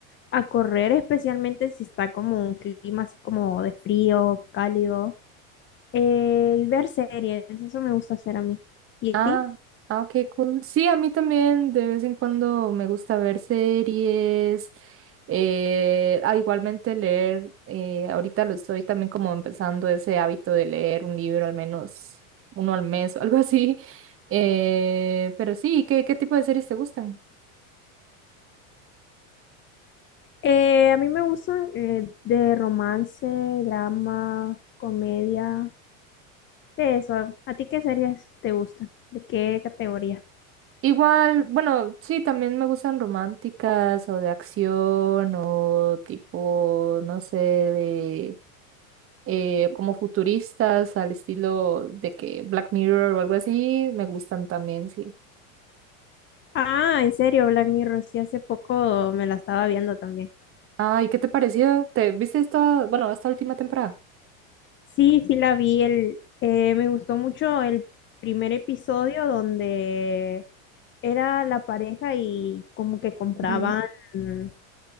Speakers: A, on the left; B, on the right.
A: a correr, especialmente si está como un clima así como de frío, cálido, eh, y ver series, eso me gusta hacer a mí. ¿Y
B: Ah,
A: a ti?
B: ah, ok, cool. Sí, a mí también de vez en cuando me gusta ver series, eh, ah, igualmente leer, eh, ahorita lo estoy también como empezando ese hábito de leer un libro al menos uno al mes o algo así. <laughs> Eh, pero sí, ¿qué, qué tipo de series te gustan?
A: Eh, a mí me gustan eh, de romance, drama, comedia, de eso. ¿A ti qué series te gustan? ¿De qué categoría?
B: Igual, bueno, sí, también me gustan románticas o de acción o tipo, no sé, de... eh, como futuristas al estilo de que Black Mirror o algo así, me gustan también, sí.
A: Ah, en serio, Black Mirror, sí, hace poco me la estaba viendo también.
B: Ay, ¿qué te pareció? ¿Te viste esta, bueno, esta última temporada?
A: Sí, sí la vi, el, eh, me gustó mucho el primer episodio donde era la pareja y como que compraban,
B: Mm.
A: no